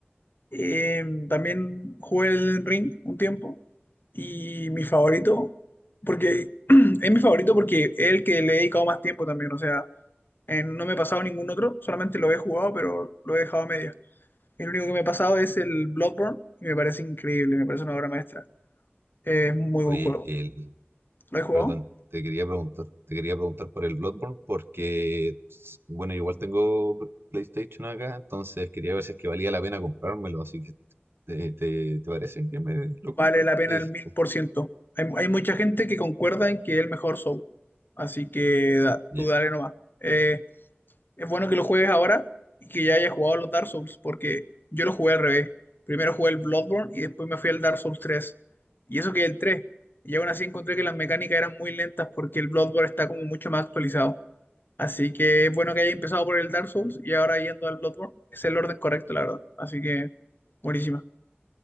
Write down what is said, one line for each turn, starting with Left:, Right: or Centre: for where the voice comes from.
Left: eh, también jugué el Ring un tiempo y mi favorito, porque <clears throat> es mi favorito porque es el que le he dedicado más tiempo también, o sea, eh, no me he pasado ningún otro, solamente lo he jugado pero lo he dejado a medias. El único que me he pasado es el Bloodborne y me parece increíble, me parece una obra maestra. Eh, es un muy buen
Right: Oye,
Left: juego.
Right: el,
Left: ¿Lo he jugado?
Right: perdón, te quería preguntar, te quería preguntar por el Bloodborne porque, s- bueno, yo igual tengo pl- PlayStation acá, entonces quería ver si es que valía la pena comprármelo, así que te, te- ¿te parece que me lo
Left: Vale
Right: compre?
Left: la pena
Right: ¿Qué dices
Left: el mil
Right: tú?
Left: por ciento. Hay, hay mucha gente que concuerda en que es el mejor Soul. Así que da-
Right: Ya,
Left: tú dale nomás. Eh, es bueno que lo juegues ahora y que ya hayas jugado los Dark Souls, porque yo lo jugué al revés. Primero jugué el Bloodborne y después me fui al Dark Souls tres Y eso que el tres Y aún así encontré que las mecánicas eran muy lentas porque el Bloodborne está como mucho más actualizado. Así que es bueno que haya empezado por el Dark Souls y ahora yendo al Bloodborne. Es el orden correcto, la verdad. Así que buenísima.